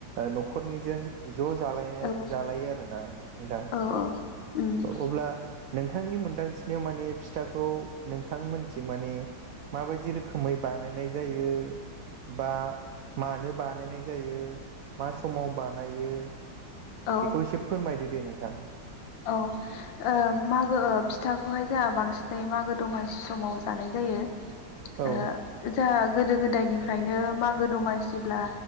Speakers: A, on the right (about 75°); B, on the left (about 90°).
A: न'खरनिजों ज' जालायनो
B: औ
A: जालायो आरोना नोंथां
B: औ उम
A: अब्ला नोंथांनि मोनदांथि नियाव माने फिथाखौ नोंथांमोनथिं माने माबायदि रोखोमै बानायनाय जायो बा मानो बानायनाय जायो मा समाव बानायो।
B: औ
A: बेखौ एसे फोरमायदो दे नोंथां।
B: औ ओ मागो फिथाखौहाय जोंहा बांसिनै मागो दमासि समाव जानाय जायो। जायो
A: औ
B: ओ जोंहा गोदो गोदायनिफ्रायनो मागो दमासिब्ला